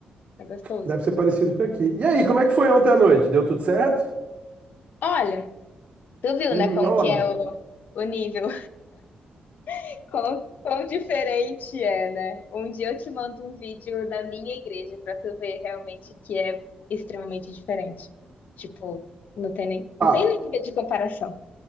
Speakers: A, on the left (about 75°); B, on the right (about 50°).
A: Tá gostoso.
B: Deve ser parecido com aqui. E aí, como é que foi ontem à noite? Deu tudo certo?
A: Olha, tu viu,
B: Hum,
A: né, como
B: olha.
A: que é o, o nível? <laughs> Quão, quão diferente é, né? Um dia eu te mando um vídeo da minha igreja pra tu ver realmente que é extremamente diferente. Tipo, não tem nem,
B: tá.
A: não tem nem nível de comparação.